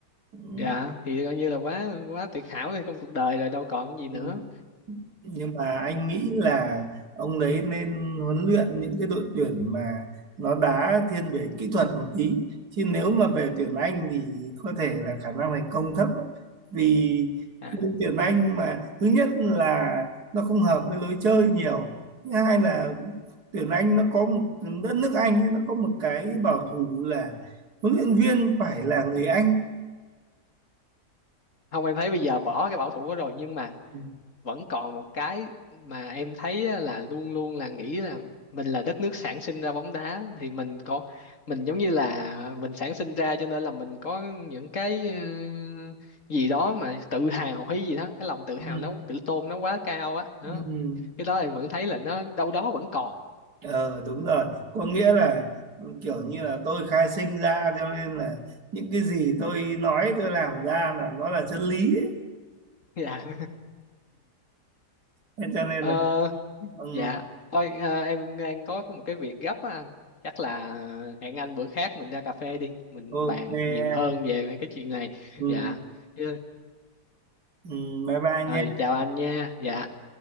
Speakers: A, on the right; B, on the left.
A: ừ.
B: dạ thì coi như là quá quá tuyệt hảo trong cuộc đời rồi đâu còn gì nữa
A: ừ. nhưng mà anh nghĩ là ông đấy nên huấn luyện những cái đội tuyển mà nó đá thiên về kỹ thuật một tí chứ nếu mà về tuyển Anh thì có thể là khả năng thành công thấp lắm. vì
B: à
A: những tuyển Anh mà thứ nhất là nó không hợp với lối chơi nhiều thứ hai là tuyển Anh nó có một đất nước Anh ấy, nó có một cái bảo thủ là huấn luyện viên phải là người Anh
B: không em thấy bây giờ bỏ cái bảo thủ đó rồi nhưng mà
A: ừ,
B: vẫn còn một cái mà em thấy á, là luôn luôn là nghĩ là mình là đất nước sản sinh ra bóng đá thì mình có mình giống như là mình sản sinh ra cho nên là mình có những cái ừ, gì đó mà tự hào hay gì đó cái lòng tự
A: ừ,
B: hào nó tự tôn nó quá cao á đó.
A: ừ. ừ.
B: cái đó em vẫn thấy là nó đâu đó vẫn còn
A: Ờ đúng rồi, có nghĩa là ừ, kiểu như là tôi khai sinh ra cho nên là những cái gì tôi nói tôi làm ra là nó là chân lý ấy.
B: <laughs> dạ
A: Thế cho nên
B: Ờ,
A: là
B: Dạ,
A: ừ,
B: thôi à, em đang có một cái việc gấp á anh. Chắc là hẹn anh bữa khác mình ra cà phê đi, mình
A: ok
B: bàn
A: em
B: nhiều hơn về mấy cái chuyện này.
A: ừ,
B: Dạ. Dạ.
A: ừ, bye bye
B: Rồi,
A: nhé
B: chào anh nha. Dạ.